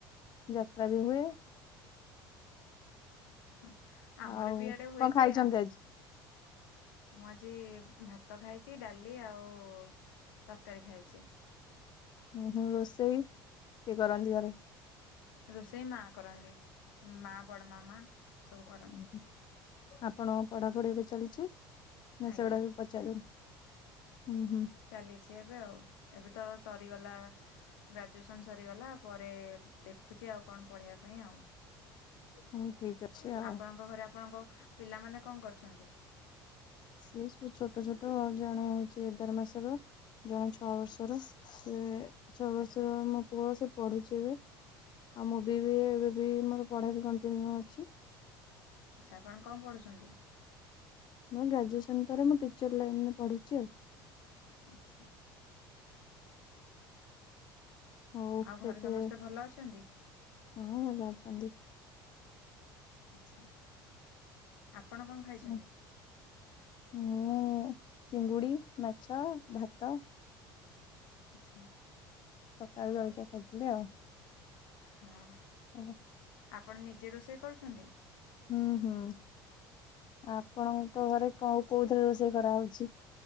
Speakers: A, on the left; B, on the left.
A: ଯାତ୍ରା ବି ହୁଏ।
B: ହ ଆମର
A: ଆଉ
B: ବି ଆଡେ ହୁଏ
A: କଣ ଖାଇଛନ୍ତି
B: ଯେ ଆମ
A: ଆଜି?
B: ମୁଁ ଆଜି ଭାତ ଖାଇଛି ଡ଼ାଲି ଆଉ ତରକାରୀ ଖାଇଛି।
A: ଉଁ ହୁଁ ରୋଷେଇ କିଏ କରନ୍ତି ଘରେ?
B: ରୋଷେଇ ମା କରନ୍ତି ମା ବଡ଼ ମାମା ସବୁ କରନ୍ତି।
A: ହୁଁ, ଆପଣଙ୍କ ପଢ଼ାପଢ଼ି ଏବେ ଚାଲିଚି ନା
B: ଆଜ୍ଞା
A: ସେଗୁଡା ପଚାରୁ ହୁଁ ହୁଁ।
B: ଚାଲିଛି ଏବେ ଆଉ ଏବେ ତ ସରିଗଲା ଗ୍ରାଜୁଏସନ୍ ସରିଗଲା। ପରେ ଦେଖୁଛି ଆଉ କଣ ପଢିବା ପାଇଁ ଆଉ।
A: ହଉ ଠିକ ଅଛି ଆଉ
B: ଆପଣଙ୍କ ଘରେ ଆପଣଙ୍କ ପିଲାମାନେ କଣ କରୁଛନ୍ତି?
A: ସିଏ ସବୁ ଛୋଟ ଛୋଟ ଜଣେ ହଉଛି ଏଗାର ମାସର ଜଣେ ଛଅ ବର୍ଷର ସେ ଛଅ ବର୍ଷର
B: ଆଚ୍ଛା
A: ମ ପୁଅ ସେ ପଢୁଛି ଏବେ ଆଉ ମୁଁ ବି ବି ଏବେ ବି ମୋର ପଢ଼ା ବି କଣ୍ଟିନ୍ୟୁ ଅଛି।
B: ଆଛା ଆପଣ କଣ ପଢୁଚନ୍ତି?
A: ମୋ ଗ୍ରାଜୁଏସନ୍ ପରେ ମୁଁ ଟିଚର୍ ଲାଇନ୍ ରେ ପଢୁଛି ଆଉ।
B: ଆଚ୍ଛା।
A: ହଉ
B: ଆଉ ଘରେ
A: କେତେ
B: ସମସ୍ତେ ଭଲ ଅଛନ୍ତି?
A: ହଁ ଭଲ ଅଛନ୍ତି।
B: ଆଚ୍ଛା ଆପଣ କଣ ଖାଇଛନ୍ତି?
A: ମୁଁ ମୁଁ ଚିଙ୍ଗୁଡ଼ି, ମାଛ, ଭାତ
B: ଆଚ୍ଛା।
A: ସକାଳୁ ଜଳିଖିଆ ଖାଇଥିଲି ଆଉ।
B: ହଁ।
A: ହୁଁ ହୁଁ।
B: ଆପଣ ନିଜେ ରୋଷେଇ କରୁଛନ୍ତି?
A: ହୁଁ ହୁଁ। ଆପଣଙ୍କ ଘରେ କ କୋଉ ଥରେ ରୋଷେଇ କରାହଉଛି?